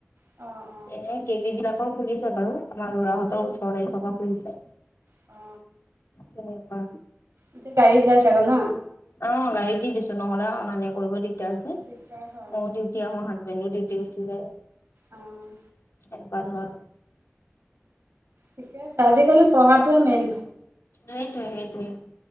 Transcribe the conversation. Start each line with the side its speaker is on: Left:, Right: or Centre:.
Right: অ অ
Left: এনে
Right: পঞ্চল্লিছ
Left: কে বি
Right: দিন
Left: বিলাকৰ খুলিছে বাৰু আমাৰ ল'ৰাহঁতৰ ওঠৰ তাৰিখৰ পৰা খুলিছে।
Right: অ
Left: কেনেকুৱা?
Right: এতিয়া গাড়ীত যাই চাগৈ ন
Left: অ', গাড়ীত দি দিছো, নহ'লে অনা নিয়া কৰিব দি <unintelligible> যে,
Right: দিগদাৰ হয়
Left: মওঁ ডিউটী আহোঁ, হাজবেণ্ডো দিউটি গুচি যায়।
Right: অ',
Left: একবাৰ ধৰ
Right: ঠিকে আছে, আজিকালি পঢ়াটোৱে মেইন।
Left: সেইটোয়ে সেইটোৱেই